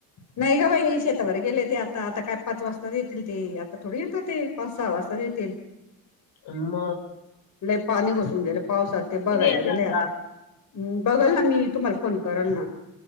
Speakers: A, on the left; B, on the left.
A: नाही ग बाई शेतावर गेले. ते आता आता काय पाच वाजता येतील ते आता थोडे येतं ते पाच सहा वाजता येतील.
B: आम.
A: नाही पाणी घसून गेले पावसात ते बघायला
B: येणार
A: गेलेय आता.
B: का
A: बघाल ना मी तुम्हाला फोन कराल ना